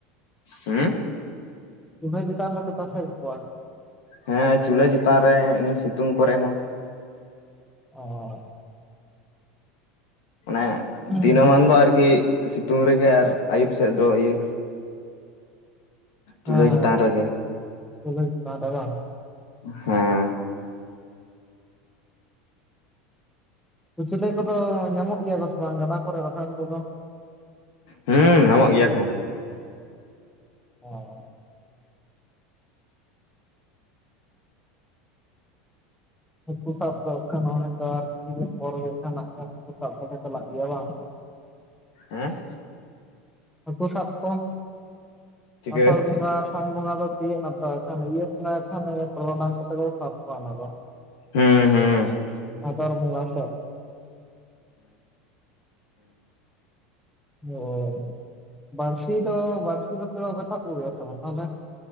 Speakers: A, on the left; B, in the centre.
A: ᱦᱩᱸ
B: ᱪᱩᱞᱦᱟᱹ ᱪᱮᱛᱟᱱ ᱨᱮᱯᱮ ᱛᱟᱥᱮ ᱠᱟᱠᱚᱣᱟ?
A: ᱦᱮᱸ ᱪᱩᱞᱦᱟᱹ ᱪᱮᱛᱟᱱ ᱨᱮ ᱥᱤᱛᱩᱝ ᱠᱚᱨᱮ ᱦᱚᱸ᱾
B: ᱚ
A: ᱢᱟᱱᱮ
B: ᱦᱮᱸ
A: ᱫᱤᱱᱟᱹᱢᱟᱱ ᱫᱚ ᱟᱨᱜᱤ ᱥᱤᱛᱩᱝ ᱨᱮᱜᱮ ᱟᱨ ᱟᱹᱭᱩᱵ ᱥᱮᱫ ᱫᱚ ᱤᱭᱟᱹ
B: ᱦᱮᱸ
A: ᱪᱩᱞᱦᱟᱹ ᱪᱮᱛᱟᱱ ᱨᱮᱜᱮ
B: ᱪᱩᱞᱦᱟᱹ ᱪᱮᱛᱟᱱ ᱨᱮ ᱵᱟᱝ?
A: ᱦᱮᱸ᱾
B: ᱠᱩᱪᱞᱳ ᱠᱚᱫᱚ ᱧᱟᱢᱚᱜ ᱜᱮᱭᱟ ᱠᱚ ᱥᱮ ᱵᱟᱝ ᱜᱟᱰᱟ ᱠᱚᱨᱮ ᱨᱟᱛᱟᱱ ᱰᱳᱰᱳᱝ?
A: ᱦᱩᱸ ᱧᱟᱢᱚᱜ ᱜᱮᱭᱟ ᱠᱚ᱾
B: ᱚ ᱦᱟᱹᱠᱩ ᱠᱩ ᱥᱟᱵ ᱫᱚ ᱮᱠᱷᱱ ᱱᱚᱜᱼᱚᱭ ᱟᱨ ᱠᱤᱪᱷᱩ ᱫᱤᱱ ᱯᱚᱨ ᱜᱮ ᱦᱟᱸᱜ ᱦᱟᱹᱠᱩ ᱥᱟᱵ ᱫᱚ ᱯᱮ ᱪᱟᱞᱟᱜ ᱜᱮᱭᱟ ᱵᱟᱝ
A: ᱦᱮᱸ᱾
B: ᱦᱟᱹᱠᱩ ᱥᱟᱵ ᱠᱚ
A: ᱪᱤᱠᱟᱹ
B: ᱟᱥᱟᱲ ᱵᱚᱸᱜᱟ ᱟᱥᱟᱱ ᱵᱚᱸᱜᱟ ᱫᱚ ᱛᱤᱭᱟᱹᱜ ᱱᱟᱛᱚ ᱮᱠᱷᱟᱱ ᱤᱭᱟᱹ ᱵᱚᱸᱜᱟ ᱮᱠᱷᱟᱱ ᱴᱚᱨᱚᱰᱟᱝ ᱠᱚᱛᱮ ᱠᱚ ᱥᱟᱵ ᱠᱚᱣᱟ ᱚᱱᱟ ᱫᱚ᱾
A: ᱦᱩᱸ ᱦᱩᱸ
B: ᱵᱷᱟᱫᱚᱨ ᱵᱚᱸᱜᱟ ᱥᱮ ᱦᱚᱭ ᱵᱟᱹᱲᱥᱤ ᱫᱚ ᱵᱟᱹᱲᱥᱤ ᱠᱟᱛᱮᱜ ᱫᱚᱯᱮ ᱥᱟᱵ ᱠᱚ ᱜᱮᱭᱟ ᱥᱮ ᱵᱟᱝ ᱛᱟᱦᱞᱮ?